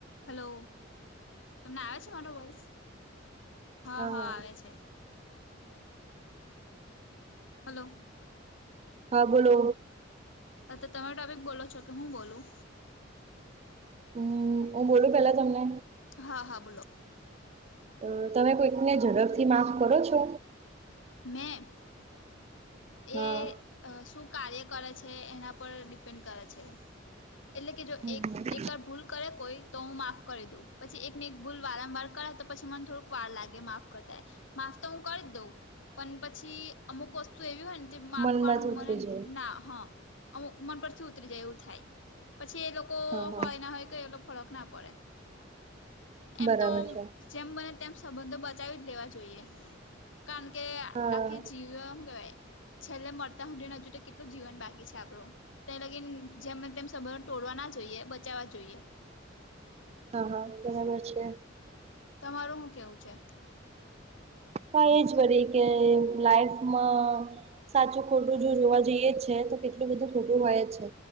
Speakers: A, on the left (about 80°); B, on the right (about 35°).
A: હલો તમને આવે છે, મારો વોઇસ હ
B: હા
A: હ આવે છે. હાલો.
B: હા બોલો
A: ત ત તમે ટોપિક બોલો છો કે હું બોલું?
B: હમ ઉ બોલું પેલા તમને?
A: હા હા બોલો
B: અ તમે કોઈકને ઝડપથી માફ કરો છો?
A: મેં
B: હા
A: એ અ શું કાર્ય કરે છે, એના પર ડિપેન્ડ કરે છે. એટલે કે જો
B: હમ
A: એક
B: હમ
A: એક વાર ભૂલ કરે કોઈ તો હું માફ કરી દઉં પછી એકને એક ભૂલ વારંવાર કરે તો પછી મને થોડુંક વાર લાગે માફ કરતાય માફ તો હું કરી દઉં પણ પછી અમુક વસ તું એવી હોય ને જે માફ
B: મનમાંથી
A: કરવાનું
B: ઉતરી
A: મને
B: જાય
A: ના હ <unintelligible> મન પરથી ઉતરી જાય એવું થાય પછી એ લોકો
B: હા હા
A: હોયને હોય ત એલ ફરક ના પડે એમ
B: બરાબર
A: તો
B: છે
A: જેમ બને તેમ સંબંધો બચાવી જ લેવા જોઈએ કારણ કે
B: હા
A: આખી જી હું કેવાય છેલ્લે મરતા હુંધીના હજુ તો કેટલું જીવન બાકી છે, આપણું તય લગીન જેમે તેમ સંબંધ તોડવા ના જોઈએ બચાવવા જોઈએ
B: હા હા બરાબર છે.
A: તમારું હું કેવું છે?
B: હા એ વરી કે લાઈફમાં સાચું ખોટું જો જોવા જઈએ છે, તો કેટલું બધું ખોટું હોય છે.